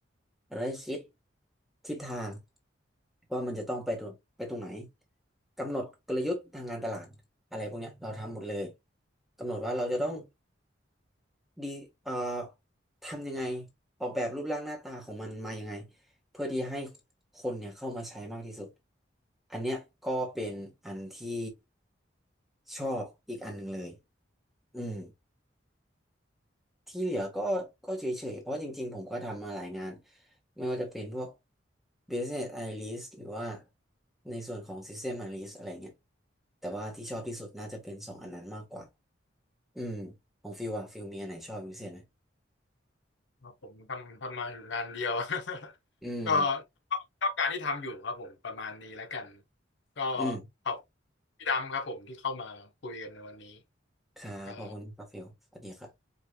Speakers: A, in the centre; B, on the left (about 70°).
A: เราได้คิดทิศทางว่ามันจะต้องไปตรงไปตรงไหน กำหนดกลยุทธ์ทางการตลาดอะไรพวกเนี้ยเราทำหมดเลย กำหนดว่าเราจะต้องดีเอ่อทำยังไงออกแบบรูปร่างหน้าตาของมันมายังไงเพื่อที่ให้คนเนี่ยเข้ามาใช้มากที่สุด อันเนี้ยก็เป็นอันที่ชอบอีกอันหนึ่งเลยอืม ที่เหลือก็ก็เฉยๆ เพราะจริงๆผมก็ทำมาหลายงานไม่ว่าจะเป็นพวก Business Analyst หรือว่าในส่วนของ System Analyst อะไรเงี้ยแต่ว่าที่ชอบที่สุดน่าจะเป็นสองอันนั้นมากกว่า อืมของฟิลอะฟิลมีอันไหนชอบเป็นพิเศษไหม
B: อ๋อผมทำทำมาอยู่งานเดียว <laughs>
A: อืม
B: ก็ชอบชอบงานที่ทำอยู่ครับผมประมาณนี้แล้วกันก็
A: อืม
B: ขอบพี่ดำครับผมที่เข้ามาคุยกันในวันนี้
A: ครับ
B: ครับ
A: ขอบคุณครับฟิลสวัสดีครับ